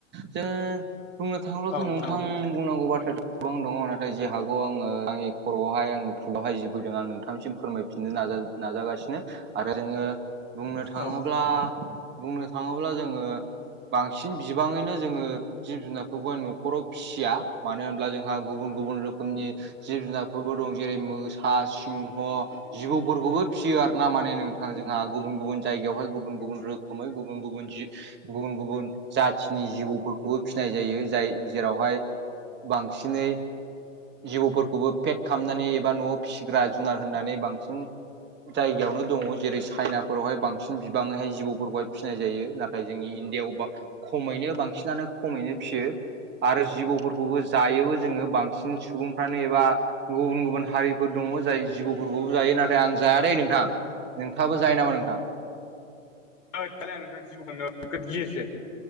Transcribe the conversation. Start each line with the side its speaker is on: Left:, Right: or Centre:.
Right: जोङो बुंनो थाङोब्लाथ'
Left: औ
Right: नोंथां
Left: औ
Right: बुंनांगौ बाथ्र गोबां दङ नाथाय जे हागौ आङो आंनि खर'आवहाय आंनि फुगावहाय जि फैदों आं नोंथांनिसिम फोरमायफिननो नाज नाजागासिनो आरो जोङो बुंनो थाङोब्ला
Left: औ
Right: बुंनो थाङोब्ला जोङो बांसिन बिबाङैनो जोङो जिब जुनारफोरखौ न'खराव फिसिया मानो होनब्ला जोंहा गुबुन गुबुन रोखोमनि जिब जुनारफोरबो दं जेरै मोसा सिंह जिबौफोरखौबो फिसियो आरो ना माने नोंथां जोंहा गुबुन गुबुन जायगायावहाय गुबुन गुबुन रोखोमै गुबुन गुबुन जिब गुबुन गुबुन जाथिनि जिबौफोरखौबो फिसिनाय जायो जाय जेरावहाय बांसिनै जिबौफोरखौबो फेट खालामनानै एबा न'आव फिसिग्रा जुनार होननानै बांसिन जायगायावनो दङ जेरै चाइनाफोरावहाय बांसिन गोबाङैहाय जिबौफोरखौहाय फिसिनाय जायो नाथाय जोंनि इण्डियाआव बां खमैनो बांसिनानो खमैनो फिसियो आरो जिबौफोरखौबो जायोबो जोङो बांसिन सुबुंफ्रानो एबा गुबुन गुबुन हारिफोर दङ जाय जिबौफोरखौबो जायो नाथाय आं जायादै नोंथां। नोंथाङाबो जायो नामा नोंथां?
Left: ओइ दालाय आं नोंथां जिबौखौ नोगोद गियोसो